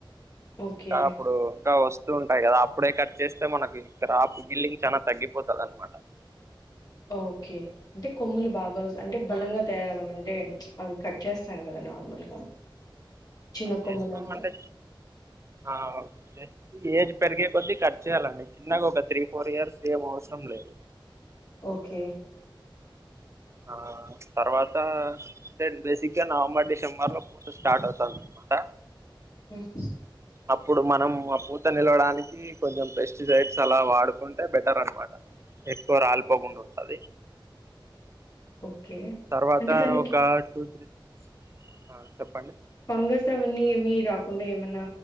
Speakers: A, on the left; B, on the right.
A: ఓకే
B: క అప్పుడు ఇక వస్తు వస్తు ఉంటాయి కదా అప్పుడే కట్ చేస్తే మనకి క్రాప్ గిల్లింగ్ చాలా తగ్గిపోతంది అనమాట
A: ఓకే అంటే కొమ్ములు బాగా అంటే బలంగా తయారవ్వాలంటే అవి కట్ చేస్తాం కదా నార్మల్గా చిన్న కొమ్మలంతా
B: చేస్తాం అంటే ఆహ్. ఏజ్ పెరిగే కొద్దీ కట్ చేయాలండి చిన్నగా ఒక త్రీ ఫోర్ ఇయర్స్ ఏం అవసరం లేదు.
A: ఓకే.
B: ఆహ్ తర్వాత. అంటే బేసిక్గా నవంబర్ డిసెంబర్ లో ఫుడ్ స్టార్ట్ అవుతది అనమాట.
A: ఉహు.
B: ఇప్పుడు మనం ఆ పూతను నిలవడానికి. కొంచం పెస్టిసైడ్స్ అలా వాడుకుంటే బెటర్ అనమాట ఎక్కువ రాలిపోగుండ ఉంటది.
A: ఓకే
B: తర్వాత
A: అంటే దానికి
B: ఒక టూ త్రీ డే ఆహ్ చెప్పండి.
A: ఫంగస్ అవన్నీ ఏమి రాకుండా ఏమన్నా